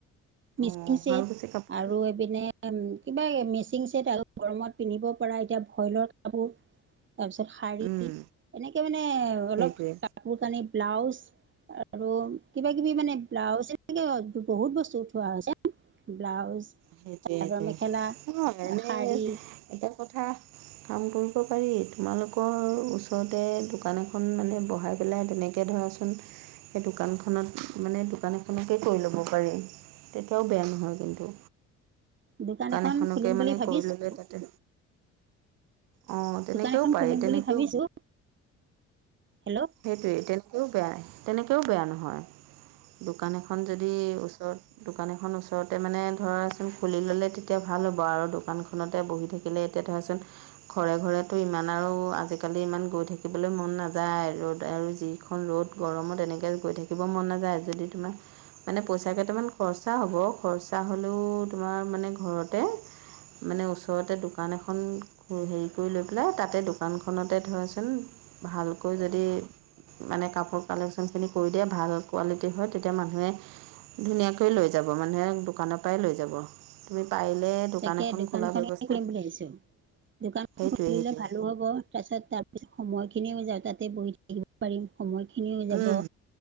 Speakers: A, on the right; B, on the right.
A: অঁ
B: মিচিং
A: শুৱালকুছি
B: চেট
A: কাপোৰটো
B: আৰু পিনে কিবা এ মেচিং চেট আৰু গৰমত পিন্ধিব পৰা এতিয়া ভইলৰ কাপোৰ। তাৰপিছত শাৰী
A: উম
B: এনেকে মানে
A: সেইটোৱে
B: অলপ কাপোৰ কানি, ব্লাউজ আৰু কিবা কিবি মানে ব্লাউজ এনেকে বহুত বস্তু উথোৱা হৈছে ব্লাউজ
A: সেইটোয়ে-
B: চাদৰ
A: সেইটোয়ে
B: মেখেলা
A: অ, এনেই
B: শাৰী
A: এটা কথা কাম কৰিব পাৰি তোমালোকৰ ওচৰতে দোকান এখন মানে বহাই পেলাই তেনেক এ ধৰাচোন সেই দোকানখনত মানে দোকান এখনকে কৈ ল'ব পাৰি তেতিয়াওঁ বেয়া নহয় কিন্তু।
B: দোকান এখন
A: এখনকে
B: খুলিম বুলি
A: মানে
B: ভাবিছোঁ।
A: কৰি ল'লে তাতে অঁ তেনেকৈও
B: দোকান এখন
A: পাৰি
B: খুলিম
A: তেনেকৈও
B: বুলি ভাবিছোঁ হেল্ল',
A: সেইটোৱে তেনেকৈও বেয়া তেনেকৈও বেয়া নহয় দোকান এখন যদি ওচৰত দোকান এখন ওচৰতে মানে ধৰাচোন খুলি ল'লে তেতিয়া ভাল হ'ব আৰু দোকানখন খনতে বহি থাকিলে এতিয়া ধৰাচোন ঘৰে- ঘৰেতটো ইমান আৰু আজিকালি ইমান গৈ থাকিবলে মন নাযায়। ৰ'দ আৰু যিখন ৰ'দ গৰমত এনেকে গৈ থাকিব মন নাযায় যদি তোমাক মানে পইচা কেইটামান খৰচা হ'ব খৰচা হ'লেও তোমাৰ মানে ঘৰতে মানে ওচৰতে দোকান এখন হেই হেৰি কৰি লৈ পেলাই তাতে দোকানখনতে ধৰাচোন ভালকৈ য তে মানে কাপোৰ কালেকশনখিনি কৰি দিয়ে ভাল কোৱালিটি হয় তেতিয়া মানুহে ধুনীয়াকৈ লৈ যাব মানুহে দোকানৰ পাই লৈ যাব তুমি পাৰিলে দোকান
B: তাকে
A: এখন
B: দোকানখনে
A: খোলা ব্যৱস্থা
B: খুলিম বুলি ভাবিছোঁ দোকানখন
A: সেইটোৱে
B: খুলিলে
A: সেইটোৱে
B: ভালো হ'ব তাৰছত- তাৰপিছত সময়খিনিও যাওঁ তাতে বহি বহিব পাৰিম সময়খিনিও যাব
A: উম